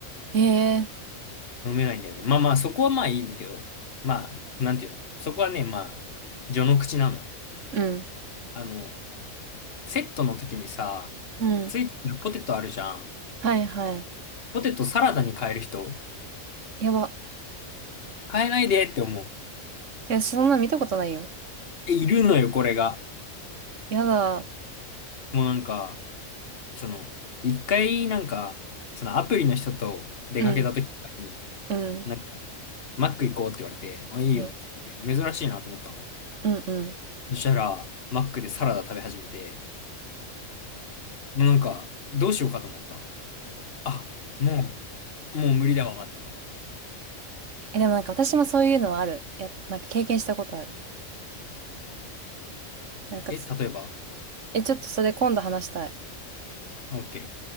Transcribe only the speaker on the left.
飲めないんだよね。まあまあ、そこはまあいいんだけど、まあ、なんていうのそこはね、まあ、序の口なのよ。
あの、セットの時にさ、
ついてくるポテトあるじゃん。
ポテトサラダに変える人、
変えないでって思う。
え、いるのよ、これが。
もうなんか、その、一回なんか、そのアプリの人と出かけた時とかに、
なんか、マック行こうって言われて、あ、いいよっつって、
珍しいなと思ったの。
そしたら、マックでサラダ食べ始めて、もうなんか、どうしようかと思った。あ、もう、もう無理だわと思って。
え、例えば
?OK。